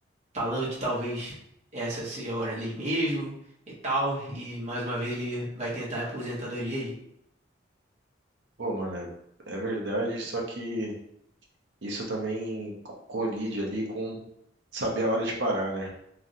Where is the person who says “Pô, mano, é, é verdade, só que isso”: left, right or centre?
Right